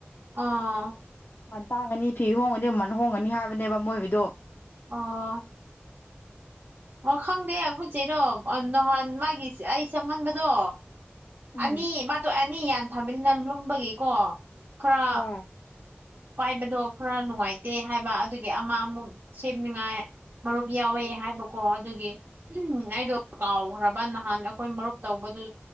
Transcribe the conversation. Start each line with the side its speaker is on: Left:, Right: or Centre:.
Right: ꯑꯣ
Left: ꯇꯥꯡꯉꯅꯤ ꯐꯤ ꯍꯣꯡꯉꯅꯤ ꯃꯃꯜ ꯍꯣꯡꯉꯅꯤ ꯍꯥꯏꯕꯅꯦꯕ ꯃꯣꯏꯒꯤꯗꯣ
Right: ꯑꯣ ꯑꯣ ꯈꯪꯗꯦ ꯑꯩꯈꯣꯏꯆꯦꯗꯣ ꯅꯍꯥꯟ ꯃꯥꯒꯤ ꯑꯩ ꯁꯝꯍꯟꯕꯗꯣ
Left: ꯎꯝ
Right: ꯑꯅꯤ ꯃꯗꯣꯏ ꯑꯅꯤ ꯌꯥꯟꯊꯕꯅꯤꯅ ꯂꯨꯝꯕꯒꯤꯀꯣ ꯈꯔ
Left: ꯍꯣꯏ
Right: ꯄꯥꯏꯕꯗꯣ ꯈꯔ ꯅꯨꯡꯉꯥꯏꯇꯦ ꯍꯥꯏꯕ ꯑꯗꯨꯒꯤ ꯑꯃ ꯑꯃꯨꯛ ꯁꯦꯝꯅꯤꯉꯥꯏ ꯃꯔꯨꯞ ꯌꯥꯎꯋꯦ ꯍꯥꯏꯕꯀꯣ ꯑꯗꯨꯒꯤ ꯎ ꯑꯩꯗꯣ ꯀꯥꯎꯈ꯭ꯔꯕ ꯅꯍꯥꯟ ꯑꯩꯈꯣꯏ ꯃꯔꯨꯞ ꯇꯧꯕ ꯑꯗꯨ